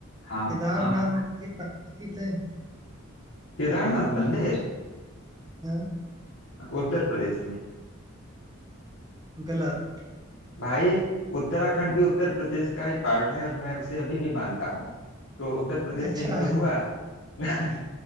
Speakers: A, on the left; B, on the right.
A: हाँ
B: केदारनाथ
A: हाँ
B: मंदिर कहाँ स्थित है
A: केदारनाथ मंदिर
B: हाँ
A: उत्तर प्रदेश में
B: गलत
A: भाई उत्तराखंड भी उत्तर प्रदेश का ही पार्ट है और मैं उसे अभी भी मानता हूँ तो उत्तर प्रदेश
B: अच्छा
A: में ही तो हुआ <laughs>